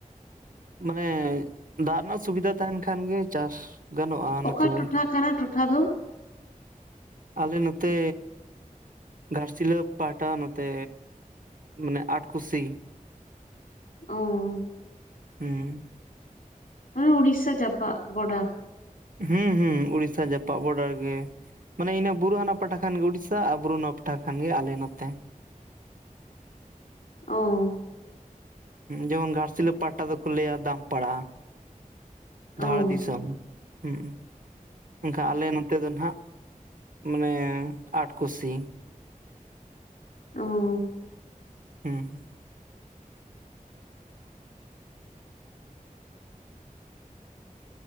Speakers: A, on the right; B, on the left.
A: ᱢᱟᱱᱮ ᱫᱟᱜ ᱨᱮᱱᱟᱜ ᱥᱩᱵᱤᱫᱷᱟ ᱛᱟᱦᱮᱱ ᱠᱷᱟᱱ ᱜᱤ ᱪᱟᱥ ᱜᱟᱱᱚᱜᱼᱟ ᱱᱚᱛᱮ
B: ᱚᱠᱟ
A: ᱫᱚ
B: ᱴᱚᱴᱷᱟ ᱠᱟᱱᱟ ᱴᱚᱴᱷᱟ ᱫᱚ?
A: ᱟᱞᱮ ᱱᱚᱛᱮ ᱜᱷᱟᱴᱥᱤᱞᱟᱹ ᱯᱟᱦᱴᱟ ᱱᱚᱛᱮ ᱢᱟᱱᱮ ᱟᱴ ᱠᱩᱥᱤ
B: ᱚᱻ
A: ᱦᱩᱸ
B: ᱢᱟᱱᱮ ᱩᱲᱤᱥᱟ ᱡᱟᱯᱟᱜ ᱵᱚᱰᱟᱨ
A: ᱦᱩᱸ ᱦᱩᱸ ᱩᱲᱤᱥᱟ ᱡᱟᱯᱟᱜ ᱵᱚᱰᱟᱨ ᱜᱮ ᱢᱟᱱᱮ ᱤᱱᱟᱹ ᱵᱩᱨᱩ ᱦᱟᱱᱟ ᱯᱟᱦᱴᱟ ᱠᱷᱟᱱ ᱜᱮ ᱩᱲᱤᱥᱟ ᱟᱨ ᱵᱩᱨᱩ ᱱᱚᱣᱟ ᱯᱟᱦᱴᱟ ᱠᱷᱟᱱ ᱜᱮ ᱟᱞᱮ ᱱᱚᱛᱮ
B: ᱚᱻ
A: ᱡᱮᱢᱚᱱ ᱜᱷᱟᱴᱥᱤᱞᱟ. ᱯᱟᱦᱴᱟ ᱫᱚ ᱠᱚ ᱞᱟᱹᱭᱟ ᱫᱟᱢᱯᱟᱲᱟ
B: ᱚ
A: ᱫᱷᱟᱲ ᱫᱤᱥᱚᱢ ᱦᱩᱸ ᱮᱱᱠᱷᱟᱡ ᱟᱞᱮ ᱱᱚᱛᱮ ᱫᱚ ᱱᱟᱦᱟᱸᱜ ᱢᱟᱱᱮ ᱟᱴᱠᱩᱥᱤ
B: ᱚᱻ
A: ᱦᱩᱸᱦᱩᱸ